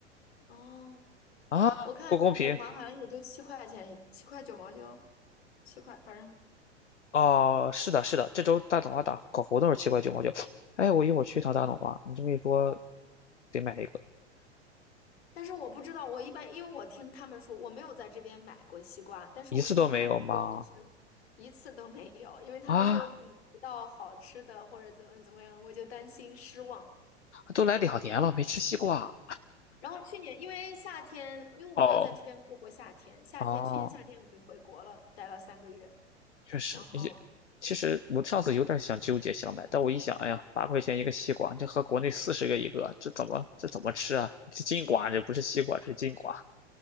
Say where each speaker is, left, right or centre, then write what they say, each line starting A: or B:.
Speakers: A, on the left; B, on the left.
A: 哦，
B: 啊，
A: 我看大桶华好像也就七块钱一七块九毛九，
B: 不公平。
A: 七块，反正。
B: 哦，是的，是的，这周大董花打搞活动是七块九毛九。哎，我一会儿去一趟大董花，
A: 嗯
B: 你这么一说，得买一个，
A: 但是我不知道，我一般因为我听他们说，我没有在这边买过西瓜，但是我听他们说就是一次都没有，
B: 一次都没有吗？
A: 因为他们说买不到好吃的或者怎么怎么样，
B: 啊，
A: 我就担心失望。
B: 都来两年了，没吃西瓜。
A: 然后去年因为夏天，因为我没有在这边过过夏天，
B: 哦，
A: 夏天去年夏天我就回国了，
B: 哦，
A: 待了三个月。
B: 确实，
A: 然后，
B: 也其实我上次有点想纠结想买，但我一想，哎呀，八块钱一个西瓜，这和国内四十个一个，这怎么这怎么吃啊？这金瓜，这不是西瓜，这是金瓜，